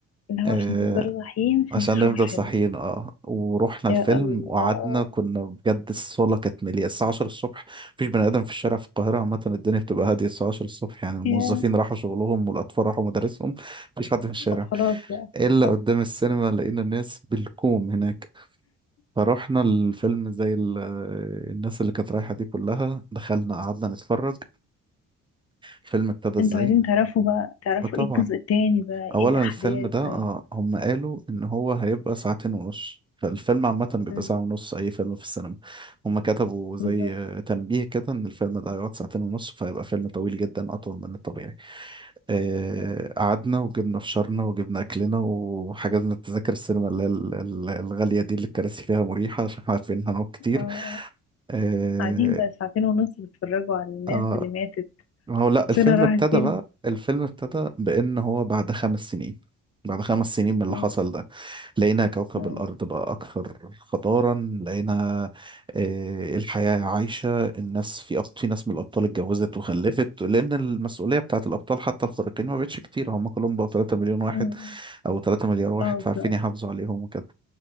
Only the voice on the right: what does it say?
آه،
عشان
نفضل
صاحيين اه ورحنا
الفيلم
وقعدنا كنا بجد الصاله كانت مليئه الساعه 10 الصبح مفيش بني ادم في الشارع في القاهره عامه الدنيا بتبقى هاديه الساعه 10 الصبح يعني الموظفين
راحوا شغلهم والاطفال راحوا مدارسهم مفيش حد في الشارع
الا
قدام السينما لقينا الناس بالكوم هناك فرحنا الفيلم زي ال- الناس اللي كانت رايحه دي كلها دخلنا قعدنا نتفرج الفيلم ابتدى ازاي
فطبعا
اولا
الفيلم ده آه
هم قالوا ان هو هيبقى ساعتين ونص فالفيلم عامة بيبقى
ساعة ونص أي فيلم في السينما هم كتبوا زي
آه، تنبيه كده إن الفيلم ده هيقعد ساعتين ونص فهيبقى فيلم طويل جدا أطول من الطبيعي آه،
قعدنا وجبنا فشارنا وجبنا أكلنا وحجزنا تذاكر السينما اللي هي ال- ال- الغالية دي اللي الكراسي فيها مريحة عشان عارفين إن هنقعد كتير
آه،
آه،
ما هو لا
الفيلم
ابتدى
بقى الفيلم ابتدى بان هو بعد خمس سنين بعد خمس سنين من اللي
حصل ده لقينا كوكب
الارض بقى اكثر خطارا لقينا آه، الحياه عايشه الناس في أبط... في ناس من الابطال اتجوزت وخلفت لان المسؤوليه بتاعت الابطال حتى الخارقين ما بقتش كتير هم كلهم بقوا 3 مليون واحد
او 3 مليار
واحد فعارفين
يحافظوا عليهم وكده